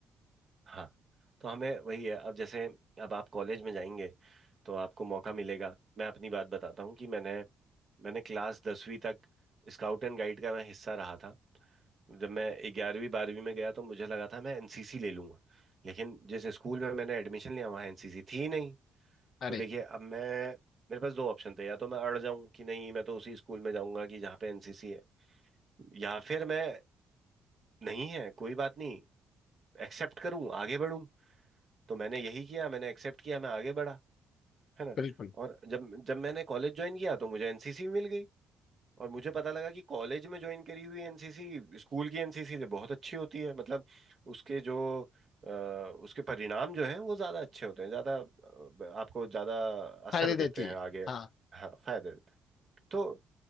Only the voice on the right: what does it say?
हाँ तो हमें वही है अब जैसे अब आप कॉलेज में जाएंगे तो आपको मौका मिलेगा मैं अपनी बात बताता हूँ कि मैंने मैंने क्लास दसवीं तक स्काउट एंड गाइड का मैं हिस्सा रहा था जब मैं ग्यारहवीं बारहवीं में गया तो मुझे लगा था मैं एनसीसी ले लूंगा लेकिन जिस स्कूल में मैंने एडमिशन लिया वहाँ एनसीसी थी ही नहीं
तो देखिए अब मैं मेरे पास दो ऑप्शन थे या तो मैं अड़ जाऊं कि नहीं मैं तो उसी स्कूल में जाऊंगा कि जहाँ पे एनसीसी है या फिर मैं नहीं है कोई बात नहीं एक्सेप्ट करूं आगे बढ़ूं तो मैंने यही किया मैंने एक्सेप्ट किया मैं आगे बढ़ा है ना
और जब जब मैंने कॉलेज ज्वाइन किया तो मुझे एनसीसी मिल गई और मुझे पता लगा कि कॉलेज में ज्वाइन करी हुई एनसीसी स्कूल की एनसीसी से बहुत अच्छी होती है मतलब उसके जो अ, उसके परिणाम जो है वो ज्यादा अच्छे होते हैं ज्यादा अ, आपको ज्यादा असर
देते
हैं
आगे
हाँ फायदे देते हैं तो